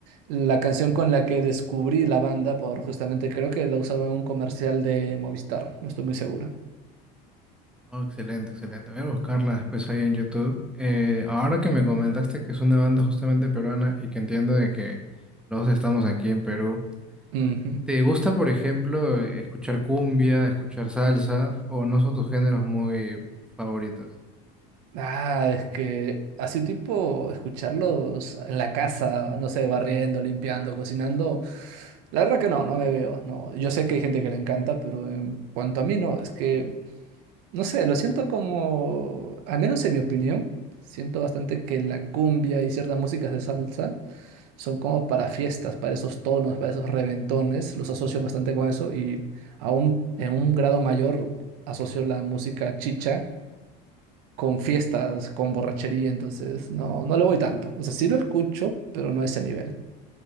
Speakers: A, on the right; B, in the centre.
A: la canción con la que descubrí la banda por justamente creo que la usaron en un comercial de Movistar, no estoy muy seguro.
B: oh, excelente, excelente. Voy a buscarla después ahí en YouTube. Eh, ahora que me comentaste que es una banda justamente peruana y que entiendo de que los dos estamos aquí en Perú,
A: Ujú.
B: ¿te gusta, por ejemplo, escuchar cumbia, escuchar salsa, o no son tus géneros muy favoritos?
A: Ah, es que así tipo escucharlos en la casa, no sé, barriendo, limpiando, cocinando. La verdad que no, no me veo, no. Yo sé que hay gente que le encanta, pero en cuanto a mí no, es que no sé, lo siento como, al menos en mi opinión, siento bastante que la cumbia y ciertas músicas de salsa Son como para fiestas, para esos tonos, para esos reventones. Los asocio bastante con eso y aún en un grado mayor asocio la música chicha con fiestas, con borrachería. Entonces, no, no le voy tanto. O sea, sí lo escucho, pero no a ese nivel.